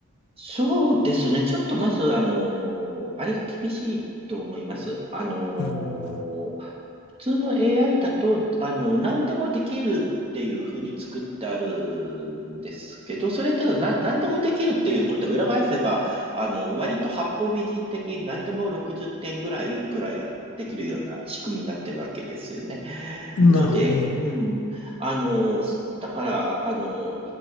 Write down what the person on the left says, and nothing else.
うん、
なるほど。
うん。